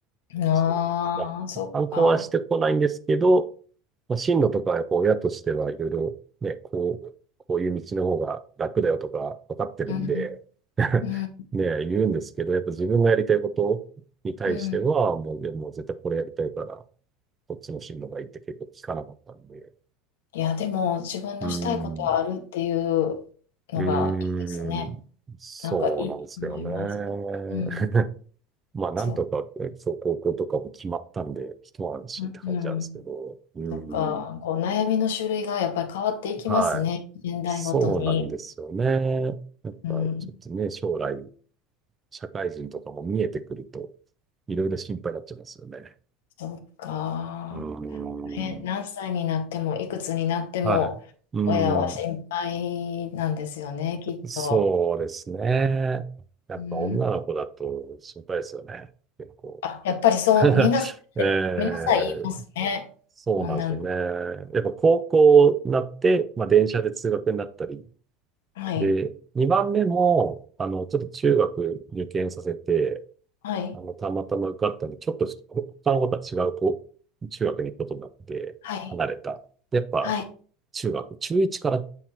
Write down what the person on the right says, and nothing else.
そうだ。
反抗はしてこないんですけど、まあ、進路とかやっぱ親としてはいろいろね、こう、こういう道の方が楽だよとか分かってるんで
<laughs>
ね、言うんですけど、やっぱ自分がやりたいことに対しては、
もう、いやもう絶対これやりたいから、こっちの進路がいいって結構聞かなかったんで。
うーん。うーん、そうなんですよね。
<laughs> まあ、なんとかね、
そう、高校とかも決まったんで、一安心って感じなんですけど、
うーん、
はい。
そうなんですよね。やっぱ、
ちょっとね、将来、社会人とかも見えてくると、いろいろ心配になっちゃいますよね。
うーん、
はい。うー
ん、
そうですね。やっぱ女の子だと心配ですよね。
結構。
<laughs>
ええ
そうなんですよね。
やっぱ高校になって、まあ、電車で通学になったり。
で、2番目も、あの、ちょっと中学受験させて、
あの、たまたま受かったんで、ちょっとし他の子とは違うこう中学に行くことになって、
離れた。でやっぱ、
中学、中1から、